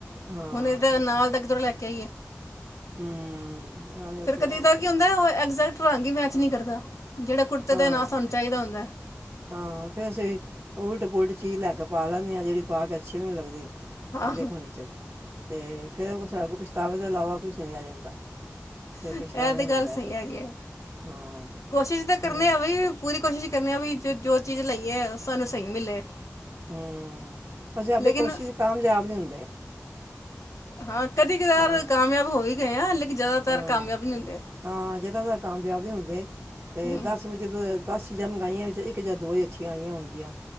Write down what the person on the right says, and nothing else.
ਹਾਂ
ਹੂੰ ਆਹੋ ਉਹ
ਤੇ
ਹੈ ਹੀ
ਹੈ
ਹਾਂ
ਹਾਂ ਫੇਰ ਅਸੀਂ ਉਲਟ ਪੁਲਟ ਚੀਜ਼ ਲੈ ਕੇ ਪਾ ਲੈਂਦੇ ਆਾਂ ਜਿਹੜੀ ਪਾ ਕੇ ਅੱਛੀ ਵੀ ਨਹੀਂ ਲੱਗਦੀ।
ਦੇਖਣ 'ਚ ਤੇ ਫਿਰ ਪਛਤਾਵੇ ਦੇ ਇਲਾਵਾ ਕੁਛ ਨਹੀਂ ਲਿਆ ਜਾਂਦਾ। ਫਿਰ ਪਛਤਾਉਣਾ
ਹੀ ਹੁੰਦਾ
ਹਾਂ।
ਹੋਰ
ਹ ਅਸੀਂ ਆਪਣੀ
ਕੋਸ਼ਿਸ਼ 'ਚ ਕਾਮਯਾਬ ਨਹੀਂ ਹੁੰਦੇ।
ਕਾਮ
ਹਾਂ
ਹਾਂ ਜਿੱਦਾਂ ਕਾਮਯਾਬ ਨਹੀਂ ਹੁੰਦੇ ਅਤੇ
ਦਸ ਵੇ। ਜਦੋਂ ਦਸ ਜਨਮ ਗਾਈਆਂ ਵਿੱਚ ਇੱਕ ਜਾਂ ਦੋ ਹੀ ਅੱਛੀਆਂ ਆਈਆਂ ਹੋਣਗੀਆਂ।